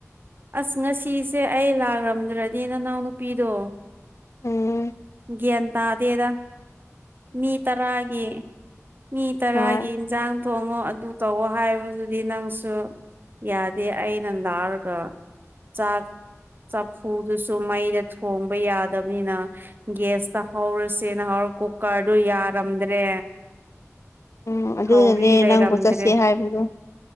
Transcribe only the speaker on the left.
ꯎꯝ
ꯍꯣꯏ
ꯎꯝ ꯑꯗꯨꯅꯅꯦ
ꯅꯪꯕꯨ ꯆꯠꯁꯦ ꯍꯥꯏꯕꯗꯣ